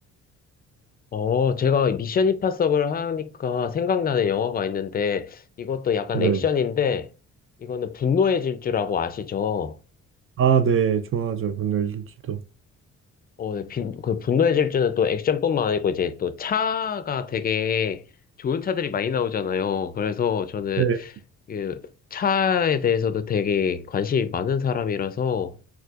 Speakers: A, on the left; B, on the right.
A: 어, 제가 미션 임파서블 하니까 생각나는 영화가 있는데, 이것도 약간
B: 네.
A: 액션인데, 이거는 분노의 질주라고 아시죠?
B: 아, 네, 좋아하죠. 분노의 질주도.
A: 어, 네, 빈, 그 분노의 질주는 또 액션뿐만 아니고 이제 또 차가 되게 좋은 차들이 많이 나오잖아요. 그래서 저는
B: 네.
A: 그 차에 대해서도 되게 관심이 많은 사람이라서